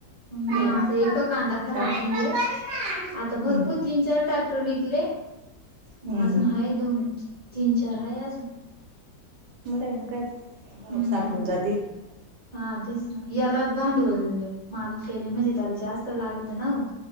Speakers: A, on the left; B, on the right.
A: नाही
B: देऊन
A: आमचा एक कांदा
B: देऊन
A: खराब
B: टाक हम्म
A: नाहीये, आता भरपूर
B: हम्म
A: तीन चार टाक विकले मग
B: हम्म
A: अजून
B: हम्म
A: हाय दोन- तीन चार हाय अजून.
B: बर आहे मग काय
A: हम्म
B: सापडून जातील.
A: हा तेच ना येला बांडवल माल केले मजितल जास्त लागतं ना ओ.